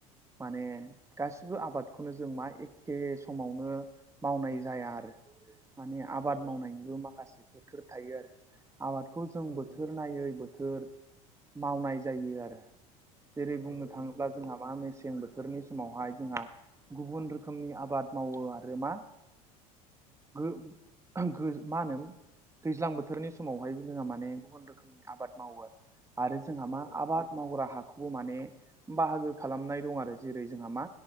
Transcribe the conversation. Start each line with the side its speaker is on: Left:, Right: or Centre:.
Right: माने ओ गासिबो आबादखौनो जों मा एखे समावनो मावनाय जाया आरो माने आबाद
Left: औ
Right: मावनायनिबो माखासेफोर बोथोर थायो आरो आबादखौ जों
Left: औ
Right: बोथोर
Left: नंगौ
Right: नायै बोथोर मावनाय जायो आरो जेरै बुंनो
Left: औ नंगौ
Right: थाङोब्ला जोंहा मा मेसें मेसें बोथोरनि समावहाय जोंहा गुबुन रोखोमनि आबाद मावो आरो मा मा मा होनो दैज्लां बोथोरनि समावहाय जोंहा माने गुबुन रोखोमनि आबाद मावो आरो। आरो जोंहा
Left: औ
Right: मा आबाद मावग्रा हाखौबो माने बाहागो खालामनाय दं आरो जेरै जोंहा मा